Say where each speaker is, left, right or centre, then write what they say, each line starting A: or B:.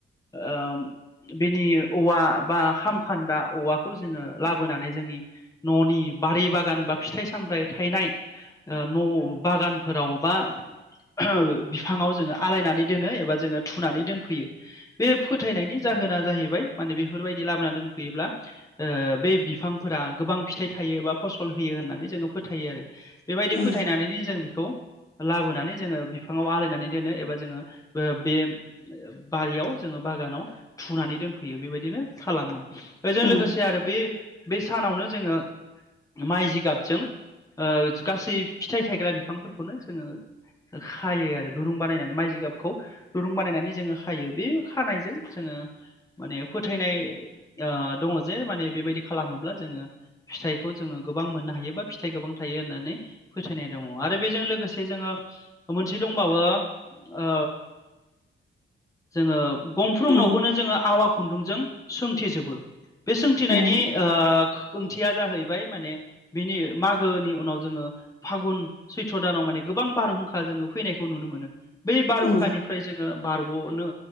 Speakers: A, on the left; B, on the left.
A: ओ बिनि औवा बा खाम खान्दा औवाखौ जोङो लाबोनानै जोंनि न'नि बारि बागान बा फिथाइ सामथाइ थायनाय ओ न' बागानफोराव बा ओह बिफाङाव जोङो आलायनानै दोनो एबा जोङो थुनानै दोनफैयो। बे फोथायनायनि जाहोना जाहैबाय माने बेफोरबायदि लाबोना दोनफैयोब्ला ओ बे बिफांफोरा गोबां फिथाइ थायो बा फसल होयो होननानै जोङो फोथायो आरो। बेबायदि
B: औ
A: फोथायनानैनो जों बेखौ लाबोनानै जोङो बिफाङाव आलायनानै दोनो एबा जोङो बो बे बारियाव जोङो बागानाव थुनानै दोनफैयो बेबायदिनो खालामो। बेजों
B: औ
A: लोगोसे आरो बे बे सानावनो जोङो माइ जिगाबजों ओ गासै फिथाइ थायग्रा बिफांफोरखौनो जोङो खायो आरो दुरुं बानायनानै माइ जि गाबखौ। दुरुं बानायनानै जोङो खायो बे खानायजों जोङो माने फोथायनाय ओ दङ जे माने बेबायदि खालामोब्ला जोङो फिथाइखौ जोङो गोबां मोननो हायो बा फिथाइ गोबां थायो होननानै। फोथायनाय दङ। आरो बेजों लोगोसे जोङो मोनसे दंबावो ओ जोङो गंफ्रोम न'खौनो
B: औ
A: जोङो आवा खुन्दुंजों सोंथिजोबो बे सोंथिनायनि
B: नंगौ
A: ओ ओंथिया जाहैबाय माने बिनि मागोनि उनाव जोङो फागुन सैथ्र दानाव माने गोबां बारहुंखा जोङो फैनायखौ नुनो मोनो बै बारहुंखानि
B: औ
A: फ्राय जोङो बारग'नो